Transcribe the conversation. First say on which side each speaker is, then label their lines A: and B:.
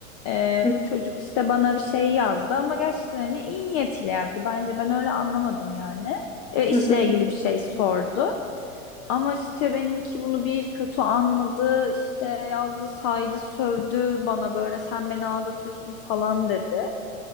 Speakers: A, on the left; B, on the left.
A: Ee,
B: Hı
A: bu çocuk işte bana bir şey yazdı ama gerçekten hani iyi niyetiyle yazdı bence ben öyle anlamadım yani. Ee, işle
B: hı hı. hı.
A: ilgili bir şey sordu. Ama işte benimki bunu bir kötü anladı, işte yazdı, saydı, sövdü bana böyle sen beni aldatıyorsun falan dedi.